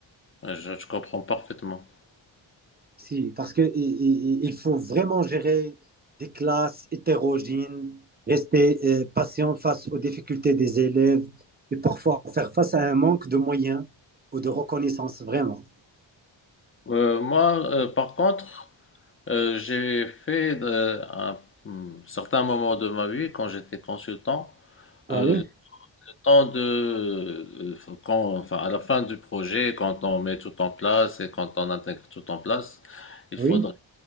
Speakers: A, on the left; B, on the right.
A: Ouais, Je, je comprends parfaitement.
B: Si, parce que i- i- i- il faut vraiment gérer des classes hétérogènes, rester euh, patient face aux difficultés des élèves et parfois faire face à un manque de moyens ou de reconnaissance, vraiment.
A: Euh, moi, euh, par contre, euh, j'ai fait de- un, un certain moment de ma vie, quand j'étais consultant,
B: Ah
A: euh,
B: oui,
A: temps de, euh, quand, enfin, à la fin du projet, quand on met tout en place et quand on intègre tout en place, il
B: oui.
A: faudrait